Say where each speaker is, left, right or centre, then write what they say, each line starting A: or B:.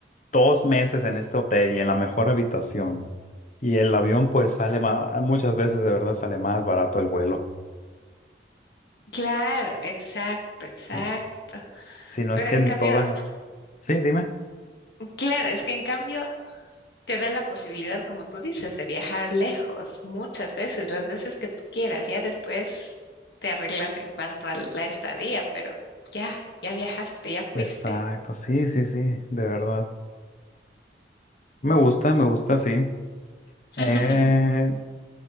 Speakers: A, on the left; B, on the left.
A: dos meses en este hotel y en la mejor habitación. Y el avión pues sale más, muchas veces de verdad sale más barato el vuelo.
B: Claro, exacto, exacto.
A: Sí. Si no
B: Pero
A: es que
B: en
A: en
B: cambio,
A: todas las... Sí, dime.
B: claro, es que en cambio te da la posibilidad, como tú dices, de viajar lejos muchas veces, las veces que tú quieras. Ya después te arreglas en cuanto a la estadía, pero ya, ya viajaste, ya fuiste.
A: Exacto, sí, sí, sí, de verdad. Me gusta, me gusta, sí.
B: <laughs>
A: Eh,